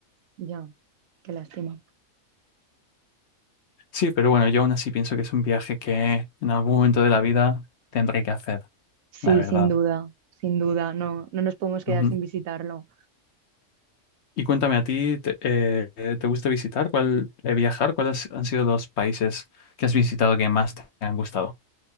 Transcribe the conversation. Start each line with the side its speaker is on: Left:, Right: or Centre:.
Right: Ya, qué lástima.
Left: Sí, pero bueno, yo aún así pienso que es un viaje que en algún momento de la vida tendré que hacer,
Right: Sí,
Left: la verdad.
Right: sin duda, sin duda, no, no nos podemos quedar
Left: Ujú.
Right: sin visitarlo.
Left: Y cuéntame, ¿a ti te, eh, eh, te gusta visitar? ¿Cuál, eh, viajar? ¿Cuáles han sido los países que has visitado que más te han gustado?